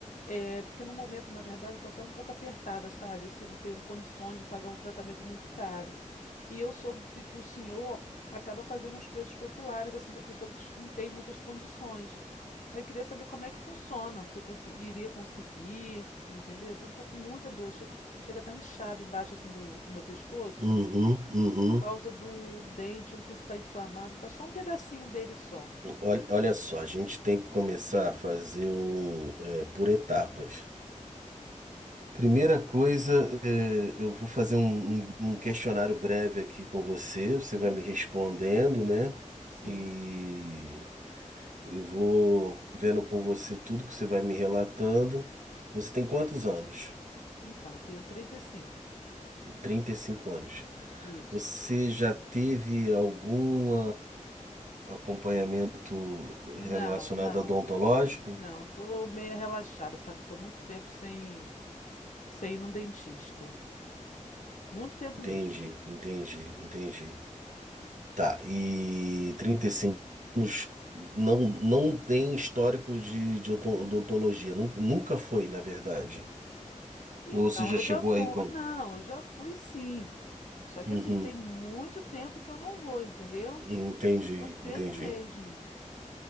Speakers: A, on the left (about 70°); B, on the right (about 75°).
A: É, porque no momento, na verdade, eu tô até um pouco apertada, sabe? Assim, não tenho condições de pagar um tratamento muito caro. E eu soube que o senhor acaba fazendo uns preços populares, assim, para pessoas que não têm muitas condições. Aí eu queria saber como é que funciona, se eu consi- iria conseguir, entendeu? Pois eu tô com muita dor, che- chega a estar inchado embaixo assim do, do meu pescoço
B: Uhum, uhum.
A: por causa do dente, eu não sei se tá inflamado, tá só um pedacinho dele só.
B: Olha, olha só, a gente tem que começar a fazer um, é, por etapas. Primeira coisa, é, eu vou fazer um, um- um questionário breve aqui com você. Você
A: Uhum,
B: vai me respondendo, né?
A: sim.
B: E eu vou vendo com você tudo que você vai me relatando. Você tem quantos anos?
A: Então, tenho 35.
B: 35 anos.
A: Isso.
B: Você já teve algum acompanhamento
A: Não,
B: relacionado
A: não.
B: a odontológico?
A: Não, tô meia relaxada, sabe? Tô muito tempo sem sem ir num dentista. Muito tempo
B: Entendi,
A: mesmo.
B: entendi, entendi. Tá, e trinta e cinco anos não, não tem histórico de, de odon- odontologia, nu- nunca foi, na verdade.
A: Então,
B: Ou Você já
A: eu
B: chegou
A: já fui,
B: aí com.
A: não, eu já fui sim. Só que
B: Uhum,
A: assim, tem muito tempo que eu não vou, entendeu?
B: entendi,
A: Muito tempo
B: entendi.
A: mesmo.